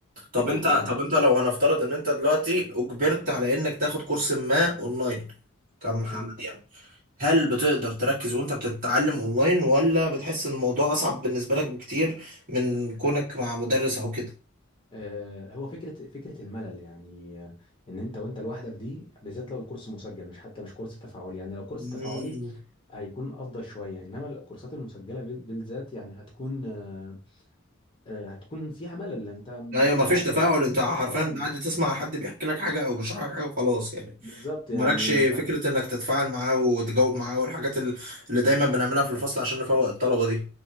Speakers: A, on the right; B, on the left.
A: طب
B: فكره
A: انت
B: بقى
A: طب انت لو هنفترض ان انت دلوقتي اجبرت على انك تاخد كورس ما اونلاين كمحمد
B: تمام
A: يعني هل بتقدر تركز وانت بتتعلم اونلاين ولا بتحس ان الموضوع اصعب بالنسبة لك بكتير من كونك مع مدرس او كده
B: آه، هو فكره فكره الملل يعني آه، ان انت وانت لوحدك دي بالذات لو الكورس مسجل مش حتى مش كورس تفاعلي يعني لو كورس
A: مم.
B: تفاعلي هيكون افضل شويه انما الكورسات المسجله بال- بالذات يعني هتكون آه، آه، هتكون فيها ملل انت بت...
A: ايوه مفيش تفاعل انت حرفيا
B: اه
A: قاعد تسمع حد بيحكي لك حاجة او بيشرح لك حاجة وخلاص يعني
B: بالظبط
A: مالكش
B: يعني انت
A: فكرة انك تتفاعل معاه وتجاوب معاه والحاجات ال- اللي دايما بنعملها في الفصل عشان نفوق الطلبة دي